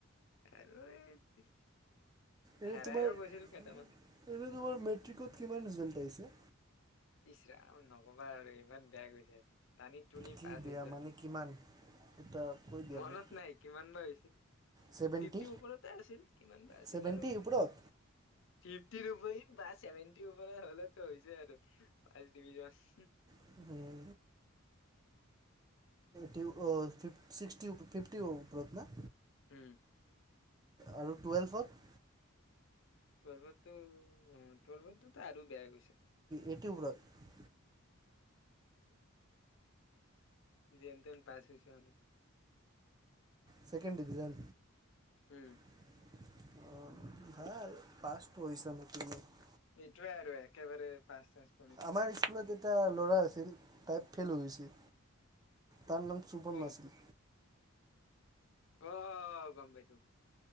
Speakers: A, on the left; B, on the right.
A: আৰু <unintelligible>
B: এনে
A: হেৰাইও
B: তোমাৰ
A: গৈছিল কেইটামান
B: এনে তোমাৰ মেট্ৰিকত কিমান ৰিজাল্ট আহিছে?
A: ইচ্ ৰাম নক'বা আৰু ইমান বেয়া গৈছে, টানি টুনি
B: কি
A: পাছ
B: বিয়া
A: হৈছো
B: মানে
A: আৰু।
B: কিমান, এটা কৈ দিয়া
A: মনত
B: মোক?
A: নাই কিমান বা হৈছিল
B: ছেভেণ্টি
A: ফিফটিৰ ওপৰতে আছিল, কিমান বা আছিল
B: ছেভেণ্টি
A: আৰু।
B: ওপৰত
A: ফিফটিৰ ওপৰি বা ছেভেনটিৰ ওপ হ'লেতো হৈ যায় আৰু। <unintelligible>
B: <inaudible> টিও ফ-ফিফ-ছিক্সটি ওপ ফিফটি ওপৰত না?
A: উম।
B: আৰু টুৱেলভত
A: টুৱেলভতটো অ' টুৱেলভতটো তাই আৰু বেয়া গৈছে।
B: এইটটি ওপৰত।
A: যেন তেন পাছ হৈছোঁ আৰু
B: ছেকেণ্ড ডিভিজন।
A: উম।
B: অ' সেয়া আৰু পাছ <unintelligible>
A: ইটোৱে আৰু একেবাৰে পাছ টেন্স
B: আমাৰ স্কুলত এটা ল'ৰা আছিল। তাই ফেইল হৈছিল। তাৰ নাম চুপন
A: কোন
B: মাছলি
A: অ' গম পাইছোঁ।